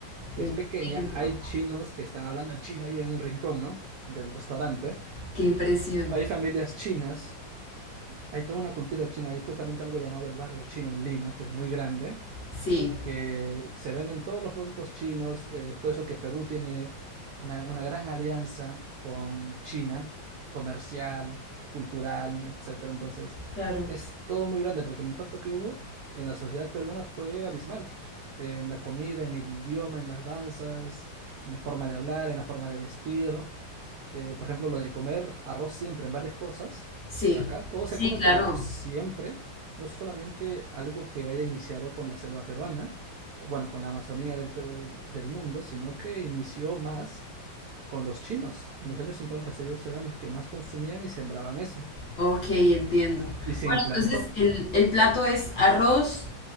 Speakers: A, on the right; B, on the left.
A: que
B: entiendo.
A: es pequeña, hay chinos que están hablando en chino ahí en un rincón, ¿no? Del restaurante.
B: Qué impresión.
A: Hay familias chinas Hay toda una cultura china, hay justamente algo llamado el barrio chino en Lima, que es muy grande,
B: Sí,
A: que se venden todos los productos chinos, eh, es por eso que Perú tiene una, una gran alianza con China, comercial, cultural, etcétera. Entonces,
B: claro.
A: es todo muy grande porque el impacto que hubo en la sociedad peruana fue abismal, Eh, en la comida, en el idioma, en las danzas, en la forma de hablar, en la forma de vestir. Eh, por ejemplo, lo de comer arroz siempre en varias cosas.
B: Sí,
A: O sea, acá todo
B: sí,
A: se come
B: claro.
A: con arroz siempre, no solamente algo que haya iniciado con la selva peruana, o bueno, con la Amazonía del, pe- del mundo, sino que inició más con los chinos. En los años 50 ellos eran los que más consumían y sembraban eso.
B: Ok, entiendo.
A: Y se
B: Bueno,
A: implantó
B: entonces el, el plato es arroz,